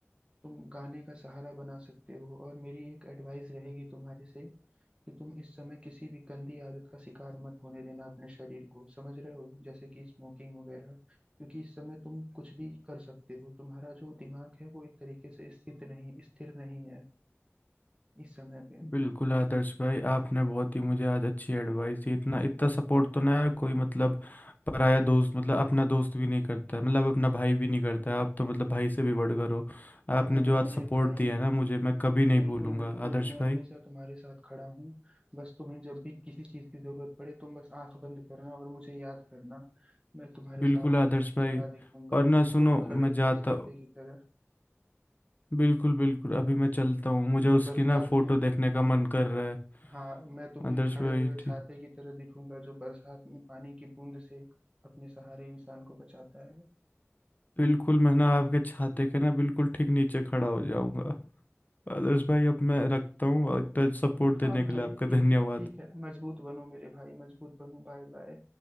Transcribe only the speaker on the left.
बिल्कुल आदर्श भाई आपने बहुत ही मुझे आज अच्छी एडवाइस दी इतना इतना सपोर्ट तो ना यार कोई मतलब पराया दोस्त मतलब अपना दोस्त भी नहीं करता है मतलब अपना भाई भी नहीं करता है आप तो मतलब भाई से भी बढ़कर हो आपने
जो आज
सपोर्ट
दिया है ना मुझे मैं कभी नहीं
भूलूंगा
आदर्श
भाई
बिल्कुल
आदर्श
भाई
और ना
सुनो
मैं
जाता
बिल्कुल बिल्कुल अभी मैं चलता हूँ मुझे उसकी
ना फोटो
देखने का मन कर रहा है
आदर्श
भाई
ठीक
बिल्कुल मैं ना आपके छाते के ना बिल्कुल ठीक नीचे खड़ा हो जाऊंगा आदर्श भाई अब मैं रखता हूँ और इतना सपोर्ट
देने
के लिए आपका
धन्यवाद